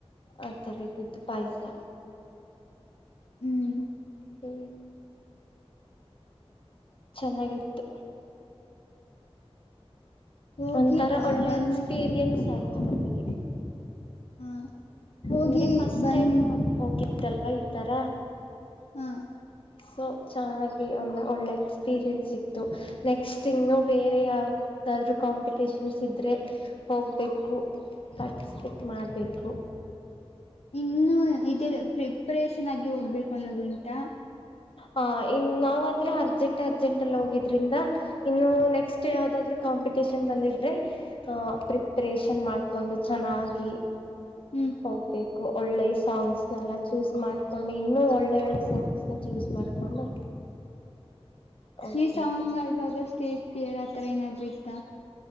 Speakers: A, on the left (about 60°); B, on the left (about 85°).
A: ಆ ಥರ್ದಿತ್ತು ಪಾಯಸ
B: ಹೂ
A: ಹೂ ಚೆನ್ನಾಗಿತ್ತು
B: ಹೋಗಿ
A: ಒಂಥರ ಒಳ್ಳೆ
B: ಬಂದ್ಮೇ
A: ಎಕ್ಸ್ಪೀರಿಯೆನ್ಸ್ ಆಯತು ನಮಗೆ
B: ಹ ಹೋಗಿ
A: ಅಂದ್ರೆ ಫಸ್ಟ್
B: ಬಂದ್
A: ಟೈಮ್ ಹೋಗಿದಲ್ವಾ ಈ ತರ
B: ಹ
A: ಸೊ ಚೆನ್ನಾಗಿ ಒಂದು ಒಳ್ಳೆ ಎಕ್ಸ್ಪೀರಿಯನ್ಸ್ ಇತ್ತು ನೆಕ್ಸ್ಟ್ ತಿಂಗ್ನು ಬೇರೆ ಯಾವ ಇದಾದ್ರು ಕಾಂಪಿಟಷನ್ಸ್ ಇದ್ರೆ ಹೋಗ್ಬೇಕು ಪಾರ್ಟಿಸಿಪೇಟ್ ಮಾಡಬೇಕು
B: ಇನ್ನು ಇದೇ ಪ್ರಿಪ್ರೇಷನ್ ಆಗಿ ಹೋಗ್ಬೇಕು ಅನ್ನೋದು ಉಂಟಾ
A: ಹ ಇನ್ ನಾವ್ ಅಂದ್ರೆ ಅರ್ಜೆಂಟ್ ಅರ್ಜೆಂಟ್ ಅಲ್ಲಿ ಹೋಗಿದ್ರಿಂದ ಇನ್ನು ನೆಕ್ಸ್ಟ್ ಯಾವ್ದಾದ್ರು ಕಾಂಪಿಟೇಷನ್ ಬಂದಿದ್ರೆ ಅಹ ಪ್ರಿಪ್ರೇಷನ್ ಮಾಡ್ತ ಕೊಂಡು ಚೆನ್ನಾಗಿ
B: ಹೂ
A: ಹೋಗಬೇಕು ಒಳ್ಳೆಯ ಸಾಂಗ್ಸ್ನೆಲ್ಲ ಚೂಸ್ ಮಾಡಿಕೊಂಡು ಇನ್ನೂ ಒಳ್ಳೆ ಒಳ್ಳೆ ಸಾಂಗ್ಸ್ನ್ನ ಚೂಸ್ ಮಾಡಿಕೊಂಡು ಹೋಗ್ಬೇಕು
B: ಈ ಸಾಂಗ್ ಆಡುವಾಗ ಸ್ಟೇಜ್ ಪಲಿಯರ್ ಆತರ ಏನಾದ್ೂ ಇತ್ತ